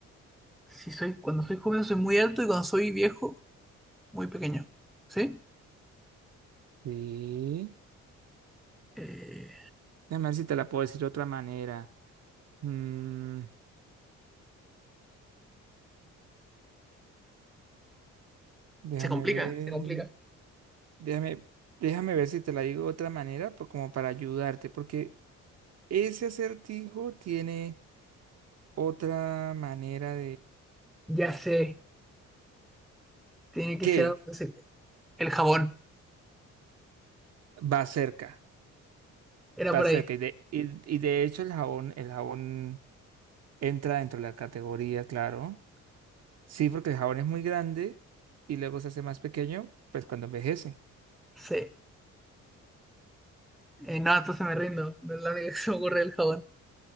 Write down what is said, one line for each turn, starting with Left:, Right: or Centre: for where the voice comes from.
Centre: Si soy, cuando soy joven soy muy alto y cuando soy viejo, muy pequeño. ¿Sí?
Right: Sí.
Centre: Eh,
Right: Déjame ver si te la puedo decir de otra manera. Mm, déjame
Centre: se complica,
Right: ver,
Centre: ¿eh? se complica.
Right: déjame, déjame ver si te la digo de otra manera, pues como para ayudarte, porque ese acertijo tiene otra manera
Centre: Ya sé, tiene que
Right: que
Centre: ser algo que se- el jabón.
Right: va cerca,
Centre: Era
Right: va
Centre: por
Right: cerca.
Centre: ahí.
Right: Y de, y, y de hecho el jabón, el jabón entra dentro de la categoría, claro. Sí, porque el jabón es muy grande y luego se hace más pequeño, pues cuando envejece.
Centre: Sí. Eh, no, entonces me rindo. No es la única que se me ocurre el jabón.